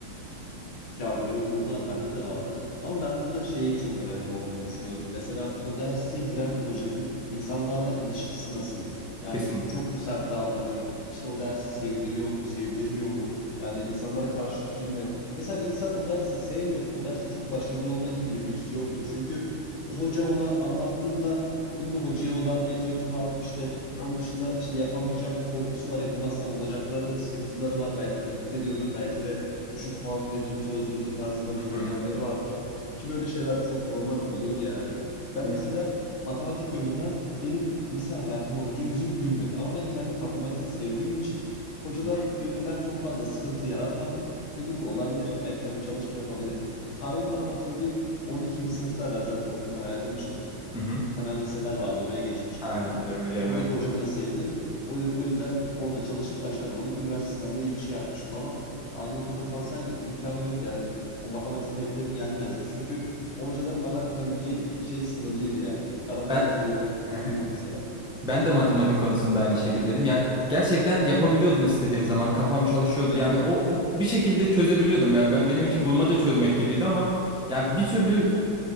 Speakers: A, on the left; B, in the centre.
A: Ya böyle durumlar bende de vardı. Ama ben burada şey çok önemli olduğunu düşünüyorum. Mesela o derse giren hocanın insanlarla ilişkisi nasıl? Yani
B: Kesinlikle.
A: çok mu sert davranıyor? İşte o dersi sevdiriyor mu, sevdirmiyor mu? Yani insanlara karşı tutumu ne? Mesela bir insan o dersi sevmiyorsa o derste çok başarılı olma gibi bir lüks yoktur. Çünkü o hoca ona anlattığında bunun hocaya olan nefreti var. İşte onun
B: Hı
A: dışında işte yapamayacağım korkusu var. Yapamazsam olacakların sıkıntıları var. Belki tehdit ediyordur. Belki de düşük puan veririm sözlüğünüzde tarzında bir söylemleri
B: hı.
A: vardır. Ki böyle şeyler çok normal oluyordu yani. Ben
B: Ya.
A: mesela matematik yönünden benim lise hayatım boyunca yüzüm gülmedi. Ama ben kendim matematiği sevdiğim için hocalar
B: Hı hı.
A: yönünden çok fazla sıkıntı yaratmadım. Dedim ki olabilir ben kendim çalışıp yapabilirim. Abi benim adam akıllı bir 12. sınıfta ben zaten okuldan ayrılmıştım
B: Hı hı.
A: temel liseler vardı. Oraya geçmiştim
B: Ha,
A: yani.
B: biliyorum biliyorum
A: Oradaki
B: evet.
A: hocamı da sevdim. O, o yüzden orada çalışıp başarılı olup üniversite sınavında iyi bir şey yapmıştım ama aynı okulda kalsaydım imkanı yok yani. O matematik netlerim gelmezdi. Çünkü o hocaların bana katabileceği şey sınırlıydı yani. Aramızdaki
B: Ben
A: diyalog kötüydü
B: <laughs>
A: mesela.
B: Ben de matematik konusunda aynı şekildeydim. Yani gerçekten yapabiliyordum istediğim zaman. Kafam çalışıyordu. Yani o, o bir şekilde çözebiliyordum. Yani ben, benim için bulmaca çözmek gibiydi ama yani bir türlü